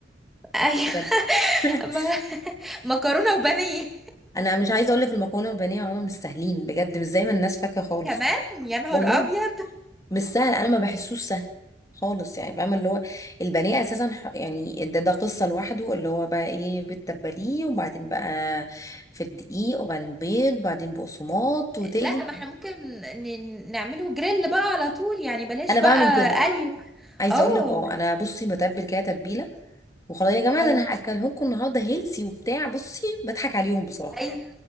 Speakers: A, in the centre; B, on the left (about 20°).
A: ايوه
B: بجد
A: <laughs>
B: <laughs>
A: ما <laughs> مكرونة وبانيه
B: انا مش عايزه اقول لك المكرونه والبانيه عموما مش سهلين بجد مش زي ما الناس فاكره خالص
A: كمان يا نهار
B: والله
A: ابيض
B: مش سهل انا ما بحسوش سهل خالص يعني فاهمه اللي هو البانيه اساسا ح- يعني ده ده قصه لوحده اللي هو بقى ايه بتتبليه وبعدين بقى في الدقيق وبعدين بيض وبعدين بقسماط وتقلي
A: لا ما احنا ممكن ن- نعمله جريل بقى على طول يعني بلاش
B: انا
A: بقى
B: بعمل كده
A: قلي
B: عايزه
A: اه
B: اقول لك اه انا بصي بتبل كده تتبيله وخلاص يا جماعه
A: اه
B: ده انا هاكله لكم النهارده هيلسي وبتاع بصي بضحك عليهم بصراحه
A: ايوه